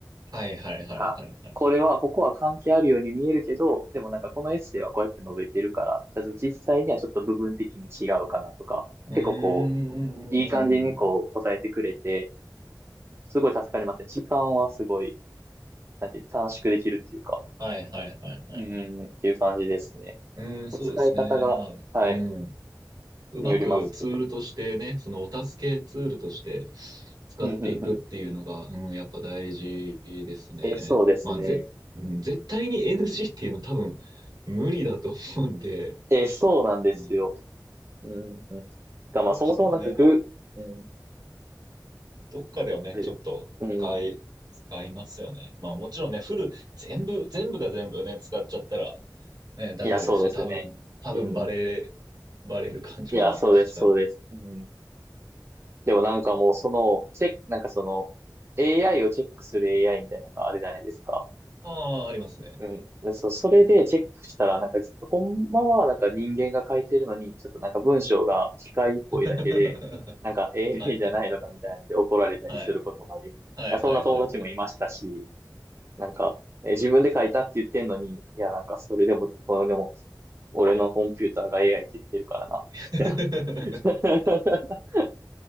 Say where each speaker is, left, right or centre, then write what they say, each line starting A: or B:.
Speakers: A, on the right (about 60°); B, on the right (about 35°).
A: はいはいはいはいはい。
B: なんか、これは、ここは関係あるように見えるけど、でもなんかこのエッセイはこうやって述べてるから、ただ実際にはちょっと部分的に違うかなとか、
A: うーん。
B: 結構こ
A: うんうんうんうんうん
B: う、いい感じにこう答えてくれて、すごい助かりますね。時間はすごい、なんていう短縮できるっていうか、
A: はいはいはいはい。
B: うん、っていう感じですね。
A: うーん、そうですね。
B: 使い方が、
A: まあ、
B: はい、
A: うん。うまくツールとしてね、
B: によりますけど。
A: そのお助けツールとして使っていくっていうのが、
B: うん、うん、うん。
A: うん、やっぱ大事ですね。
B: え、そうですね。
A: まあ、ぜ、うん絶対に NG っていうのは多分無理だと思うんで、
B: え、そうなんですよ。
A: うん、
B: うん、うん。が、
A: どうしてもね、
B: まあ、そもそもなんかぐ、
A: まあ、
B: うん、
A: どっかではね、
B: あれうん。
A: ちょっと使い、使いますよね。まあもちろんね、フル、全部、全部が全部ね、使っちゃったら、ね、ダメですし、
B: いや、そうですね。
A: 多分、多分バレ、
B: うん。
A: バレる感じはしちゃう。
B: いや、そうです、そうです。うん。でもなんかもう、その、チェック、なんかその、AI をチェックする AI みたいなのがあるじゃないですか。
A: ああ、ありますね。
B: うん。でそう、それでチェックしたら、なんか、ほんまはなんか人間が書いてるのに、ちょっとなんか文章が機械っぽいだけで、
A: <laughs>
B: なんか AI
A: はいはい。
B: じゃないのかみたいなので怒られたりすることもあり、
A: はい。はいはいはいはい。
B: そんな友達もいましたし、なんか、え自分で書いたって言ってんのに、いや、なんかそれでも、これでも、俺のコンピューターが AI って言ってるからな、
A: <laughs>
B: みたいな。<laughs>